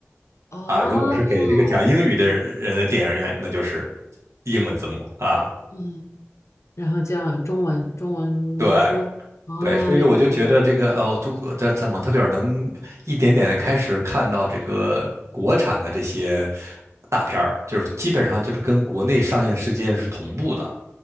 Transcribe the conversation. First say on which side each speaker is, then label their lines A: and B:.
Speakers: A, on the left (about 85°); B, on the right (about 85°).
A: 哦，
B: 啊。如果是给这个讲英语的人的电影院，那就是英文字幕啊。
A: 嗯。然后叫中文中文说，
B: 对，
A: 啊，
B: 对，所以我就觉得这个哦，
A: 明白明白，
B: 中国在在蒙特利尔能一点点的开始看到这个国产的这些大片儿，就是基本上就是跟国内上映时间是同步的